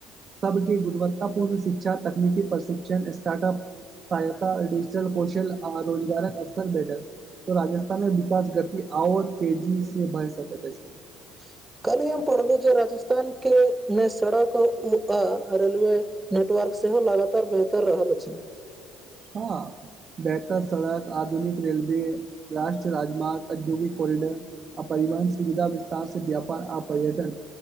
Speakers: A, on the right (about 45°); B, on the right (about 20°).
A: सभके गुणवत्तापूर्ण शिक्षा, तकनीकी प्रशिक्षण, स्टार्टअप सहायता, डिजिटल कोश ल आ रोजगारक अवसर भैटत तो राजस्थानक विकास गति आओर तेजी से बढि सकैत अछि।
B: <inaudible> कलहि हम पढ़लु जे राजस्थान के मे सड़क उ आ रेलवे नेटवर्क सेहो लगातार बेहतर रहल अछि।
A: हँ बेहतर सड़क, आधुनिक रेलवे, राष्ट्रीय राजमार्ग, औद्योगिक कोॉरिडर आ परिवहन सुविधा विस्तार से व्यापार आ पर्यटन